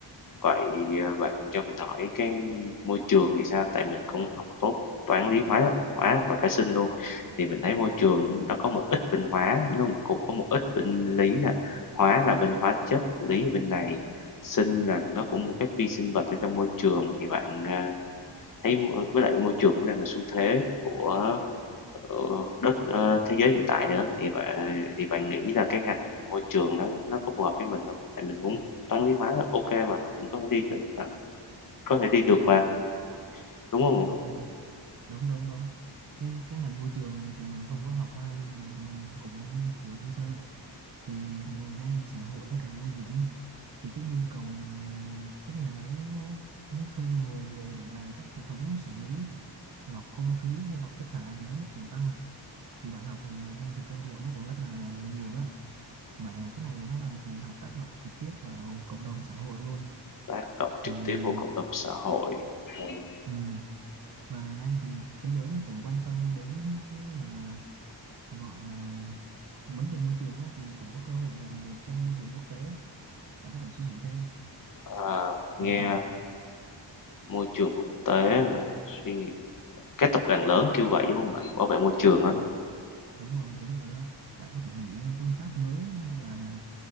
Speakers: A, on the left (about 45°); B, on the right (about 50°).
A: Vậy, ờ, bạn cho mình hỏi cái môi trường thì sao? Tại mình cũng học tốt toán, lý, hóa hóa và cả sinh luôn, thì mình thấy môi trường nó có một ít bên hóa, nó cũng có một ít bên lý nè. Hóa là bên hóa chất, lý là bên này, sinh là nó cũng một cái vi sinh vật ở trong môi trường, thì bạn, à, thấy m với lại môi trường cũng đang là xu thế của của đất, ơ, thế giới hiện tại nữa, thì bạn thì bạn nghĩ là cái ngành môi trường nó nó có phù hợp với mình không Tại mình muốn toán, lý, hóa là ô mà, mình có thể đi được có thể đi được mà, đúng không nè?
B: ok đúng đúng đúng cái cái ngành môi trường này thì mình không có học qua nhưng mà mình cũng hiểu sơ sơ thì ngày nay xã hội nó càng ô nhiễm thì cái nhu cầu mà các nhà máy nó nó thuê người về để làm các hệ thống xử lý lọc không khí hay lọc chất thải gì đó nó cũng tăng thì bạn học ngành này ra thì cơ hội nó cũng rất là nhiều đó và cái này nó là một ngành học tác động trực tiếp vào cộng đồng xã hội luôn
A: Tác động trực
B: thì
A: tiếp vào cộng đồng xã hội, rồi,
B: ừm, và ngày nay thì thế giới nó cũng quan tâm đến cái mà gọi là vấn đề môi trường á, thì cũng có cơ hội làm việc trong môi trường quốc tế á. bạn có thể suy nghĩ thêm
A: ờ, nghe
B: còn
A: môi trường quốc tế à, Suy nghĩ các tập đoàn lớn kêu vậy, đúng không bạn? Bảo vệ môi trường á,
B: đúng đúng rồi đúng rồi đó bạn có thể nghĩ ra phương pháp mới hay là